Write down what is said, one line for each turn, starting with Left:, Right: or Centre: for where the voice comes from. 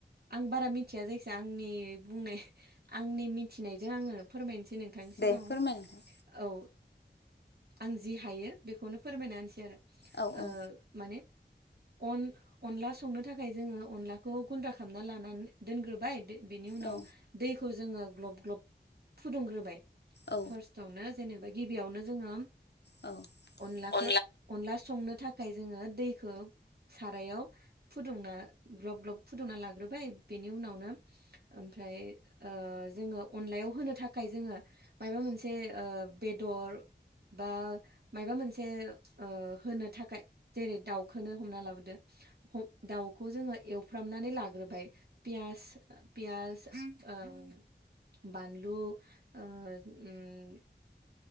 Right: आं बारा मिथिया जायखिाया आंनि बुंनाय। आंनि मिथिनायजों आङो फोरमायनोसै नोंथांनि सिगाङाव
Left: दे फोरमाय नोंथां
Right: औ आं जि हायो बेखौनो फोरमायनासै आरो
Left: औ
Right: ओ
Left: औ
Right: माने अन अनला संनो थाखाय जोङो अनलाखौ गुन्द्रा खालामना लानानै दोनग्रोबाय बेनि उनाव
Left: औ
Right: दैखौ जोङो गलब गलब फुदुग्रोबाय
Left: औ
Right: फारसथावनो जेनेबा गिबियावनो जोङो
Left: औ
Right: अनलाखो
Left: औ
Right: अनलास संनो थाखाय जोङो दैखौ सारायाव फुदुंना ग्लब ग्लब फुदुंना लाग्रोबाय बेनि उनावनो ओमफ्राय ओ जोङो अनलायाव होनो थाखाय जोङो मायाबा मोनसे ओ बेदर बा माबा मोनसे होनो थाखाय जेरै दाउखौनो हमना लाबोदो दाउखौ जोङो एवफ्रामनानै लाग्रोबाय पिस पियास ओ बानलु ओ उम